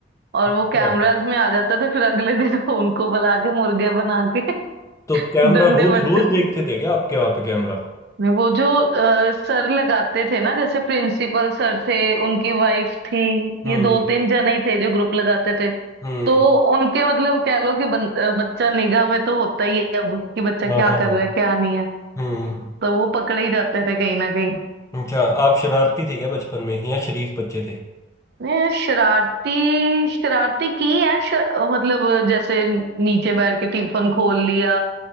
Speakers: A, on the right; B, on the left.
A: और
B: अच्छा
A: वो कैमराज में आ जाता था फिर अगले दिन <laughs> उनको बुला के मुर्गे बना के <laughs>
B: तो कैमरा
A: डंडे
B: रोज
A: पड़ते
B: रोज
A: थे
B: देखते थे क्या आपके वहां पे कैमरा
A: नहीं वो जो अ, सर लगाते थे ना जैसे प्रिंसिपल सर थे उनकी वाइफ थी
B: हम्म
A: ये दो तीन जने ही थे जो ग्रुप लगाते थे
B: हम्म
A: तो उनके मतलब कह लो कि बन, अ, बच्चा निगाह में तो होता ही है अब कि बच्चा
B: हाँ
A: क्या
B: हाँ
A: कर रहा है क्या नहीं है
B: हम्म
A: तो वो पकड़े ही जाते थे कहीं ना कहीं
B: अच्छा आप शरारती थे क्या बचपन में या शरीफ बच्चे थे
A: ये शरारती शरारती की है श, मतलब जैसे नीचे बैठ के टिफिन खोल लिया